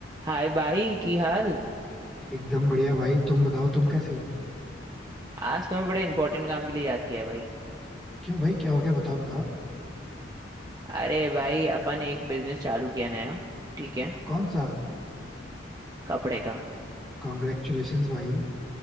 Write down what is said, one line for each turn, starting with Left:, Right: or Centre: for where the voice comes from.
Right: हाय भाई की हाल
Centre: एकदम बढ़िया भाई तुम बताओ तुम कैसे हो
Right: आज तुम्हें बड़े इंपॉर्टेंट काम के लिए याद किया है भाई
Centre: क्यों भाई क्या हो गया बताओ बताओ
Right: अरे भाई अपन एक बिजनेस चालू किया नया ठीक है
Centre: कौन सा
Right: कपड़े का
Centre: कॉन्ग्रेचुलेशंस भाई